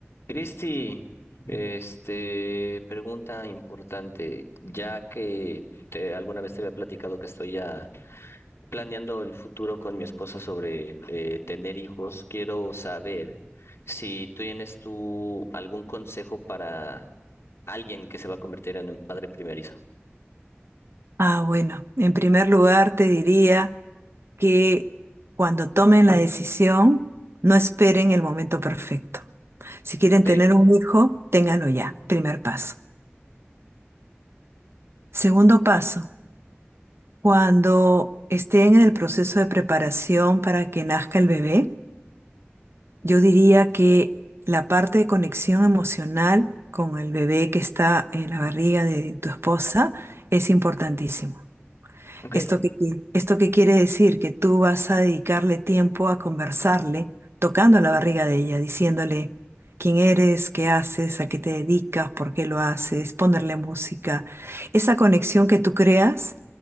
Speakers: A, on the left; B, on the right.
A: Cristi, este, pregunta importante, ya que te- alguna vez te había platicado que estoy ya planeando el futuro con mi esposa sobre eh, tener hijos, quiero saber si tú tienes tú algún consejo para alguien que se va a convertir en un padre primerizo.
B: Ah, bueno, en primer lugar te diría que cuando tomen la decisión, no esperen el momento perfecto. Si quieren
A: Ok,
B: tener un hijo, ténganlo ya, primer paso. Segundo paso, cuando estén en el proceso de preparación para que nazca el bebé, yo diría que la parte de conexión emocional con el bebé que está en la barriga de tu esposa es importantísimo.
A: ok.
B: ¿Esto qué, qui- esto qué quiere decir? Que tú vas a dedicarle tiempo a conversarle, tocando la barriga de ella, diciéndole quién eres, qué haces, a qué te dedicas, por qué lo haces, ponerle música. Esa conexión que tú creas